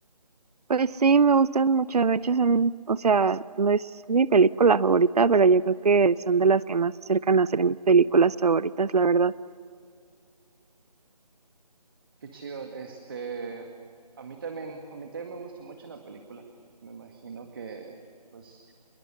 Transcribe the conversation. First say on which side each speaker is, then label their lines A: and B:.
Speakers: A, on the right; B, on the right.
A: pues sí, me gustan mucho. De hecho, son, o sea, no es mi película favorita, pero yo creo que son de las que más se acercan a ser mis películas favoritas, la verdad.
B: Qué chido. Este, a mí también, a mí también me gustó mucho la película. Me imagino que, pues